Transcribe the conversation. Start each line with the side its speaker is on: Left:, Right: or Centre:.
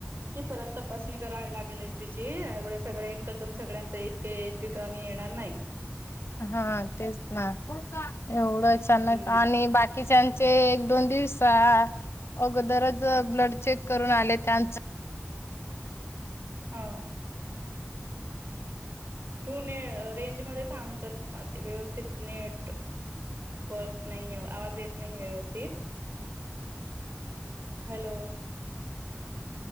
Right: की परत तपासणी करावी लागेल एच बी ची एवढ सगळ एकदम सगळ्यांच इतके एच बी कमी येणार नाही.
Left: हा तेच ना एवढं अचान
Right: हम्म
Left: आणि बाकीच्यांन ते एक दोन दिवसा अगोदरच ब्लड चेक करून आले त्यांच
Right: हो तू न रेंजमध्ये थांब तर व्यवस्थित नेट फक नाही आहे आवाज येत नाही व्यवस्थित hello